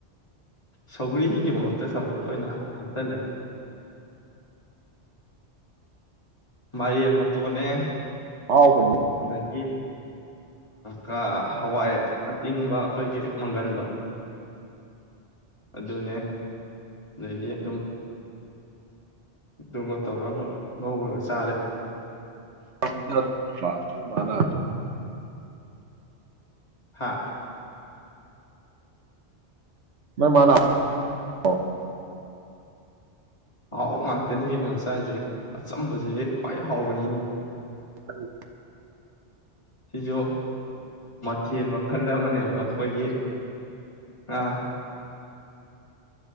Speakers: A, on the left (about 25°); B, on the right (about 75°).
A: ꯁꯧꯒ꯭ꯔꯤꯒꯤ ꯃꯍꯨꯠꯇ ꯆꯝꯐꯨꯠ ꯑꯣꯏꯅ ꯍꯥꯞꯆꯤꯜꯂꯦ ꯃꯥꯏꯔꯦꯟ ꯃꯇꯣꯟꯅꯦ
B: ꯑꯍꯥꯎꯕꯅꯤ
A: ꯑꯗꯒꯤ ꯀꯥ ꯍꯋꯥꯏ ꯑꯇꯤꯡꯕ ꯑꯩꯈꯣꯏꯒꯤ ꯃꯪꯒꯟꯗꯣ ꯑꯗꯨꯅꯦ ꯂꯩ ꯑꯗꯨꯝ ꯑꯗꯨꯒ ꯇꯧꯔꯒ ꯉꯧꯕꯒ ꯆꯥꯔꯦ
B: <unintelligible> ꯄ ꯅꯣꯏꯃꯥꯅ
A: ꯍꯥ
B: <unintelligible>
A: ꯑꯍꯥꯎ ꯉꯥꯛꯇꯅꯦ ꯀꯩꯅꯣ ꯆꯥꯏꯁꯦ ꯑꯆꯝꯕꯁꯦ ꯈ꯭ꯋꯥꯏ ꯍꯥꯎꯕꯅꯤꯅꯦ
B: ꯎꯝ
A: ꯁꯤꯖꯣ ꯆꯦꯟ ꯃꯈꯜ ꯑꯃꯅꯦꯕ ꯑꯩꯈꯣꯏꯒꯤ ꯑꯥ